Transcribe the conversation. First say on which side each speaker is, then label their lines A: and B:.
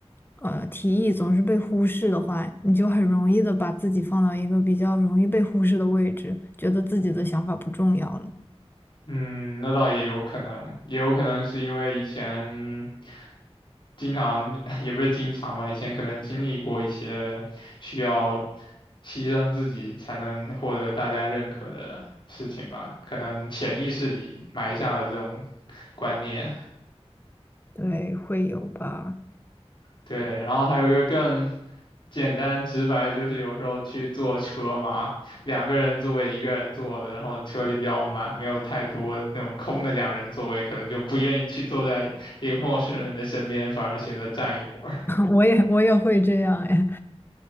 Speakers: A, on the left; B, on the left.
A: 呃提议总是被忽视的话，你就很容易的把自己放到一个比较容易被忽视的位置，觉得自己的想法不重要了。
B: <laughs> 嗯，那倒也有可能，也有可能是因为以前经常，<laughs> 也不是经常吧，以前可能经历过一些需要牺牲自己才能获得大家认可的事情吧，可能潜意识里埋下了这种观念。
A: 对，会有吧？
B: 对，然后还有一个更简单直白就是有时候去坐车嘛，两个人座位一个人坐，然后车里比较满，没有太多那种空的两人座位，可能就不愿意去坐在一个陌生人的身边，反而选择站一会儿。
A: <laughs> 我也我也会这样哎。